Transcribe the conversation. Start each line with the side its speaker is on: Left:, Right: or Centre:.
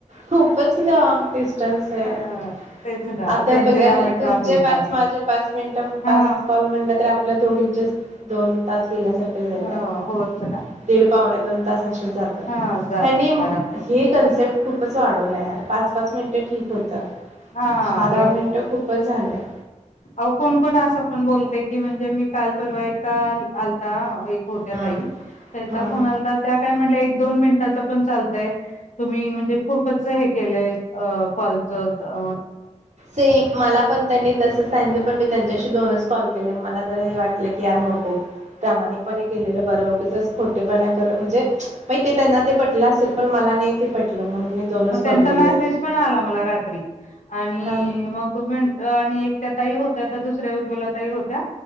Right: खूपच लॉग डिस्टन्स आहे.
Left: ह तेच ना
Right: आता
Left: त्यांचे
Right: बघा
Left: दहा
Right: ना,
Left: मिनिटं
Right: तुमचे
Left: आपली
Right: पाच,
Left: दहा दहा
Right: माझे पाच मिनिटं.
Left: हा
Right: पाच कॉल म्हटलं तर आपल्या दोघींचे दोन पाच झा
Left: हो होच ना
Right: दीड पावणे दोन तास असेच जातात.
Left: हा जातात
Right: ह्यांनी
Left: आराम
Right: हि कन्सेप्ट खूपच वाढवलं यार. पाच-पाच मिनिटं ठीक होतं
Left: हा
Right: दहा-दहा मिनिटं खूपच झालंय.
Left: अव कोण कोण असं पण बोतंय की म्हणजे मी काल परवा ऐका आलता एक होत्या
Right: हा.
Left: ताई त्यांचा
Right: हा.
Left: फोन आलता त्या काय म्हल्या दोन मिनटाचं पण चालतंय. तुम्ही म्हणजे खूपच हे केलंय हे कॉलचं अ
Right: ते मला पण त्यांनी तस सांगीत पण मी त्यांच्याशी दोनच कॉल केले मला ज वाटल यार नको प्रामाणिकपणे केलेलं बर उगीचच खोटेपणा कर म्हणजे महि ते त्यांना ते पटलं असेल पण मला नाही ते पटलं म्हणून मी दोनच
Left: मग
Right: कॉल
Left: त्यांचा
Right: केले
Left: मेसेज
Right: त्यांच्यासोबत.
Left: पण आला मला रात्री आणि
Right: हा
Left: ह मग म्हणलं आणि त्या ताई होत्या तर दुसऱ्या उज्वला ताई होत्या